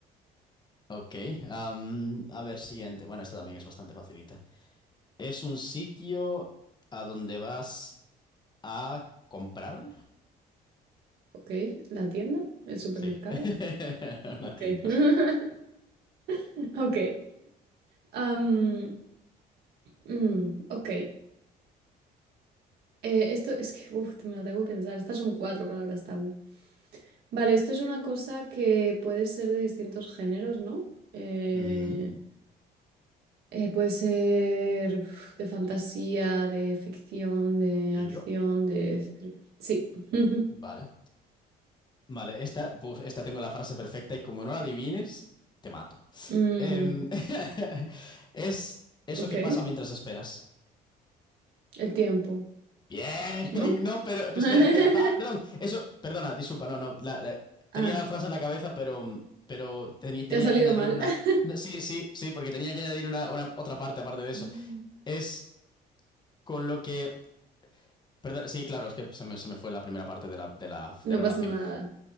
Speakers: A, on the left; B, on the right.
A: ok. am, a ver, siguiente. Bueno, esta también es bastante facilita. Es un sitio a donde vas a comprar.
B: Ok, la tienda, el supermercado.
A: Sí, <laughs> una
B: Ok,
A: tienda,
B: <laughs>
A: sí.
B: ok. Am, mm, ok, Eh, esto es que, uf, me la tengo que pensar. Estas son cuatro palabras tabú. Vale, esto es una cosa que puede ser de distintos géneros, ¿no? Eh,
A: Ujú.
B: Eh, puede ser uf, de fantasía, de ficción, de
A: Libro.
B: acción, de... thr- Sí. <laughs>
A: Vale. Vale, esta, buf, esta tengo la frase perfecta y como no la adivines, te mato.
B: Mm,
A: Em, <laughs> es eso
B: ok.
A: que pasa mientras esperas.
B: El tiempo,
A: Bien,
B: ¿no?
A: no, pero
B: <laughs>
A: espera, espera. Ah, perdón, eso, perdona, disculpa, no, no. la- la- tenía
B: Ah,
A: la frase en la cabeza, pero, pero tenía, tenía
B: ¿te ha salido
A: que añadir
B: mal?
A: una.
B: <laughs>
A: no, Sí, sí, sí, porque tenía que añadir una, una otra parte aparte de eso.
B: Mm.
A: Es con lo que. Perdón, sí, claro, es que se me, se me fue la primera parte de la, de la,
B: No
A: de la
B: pasa
A: oración.
B: nada.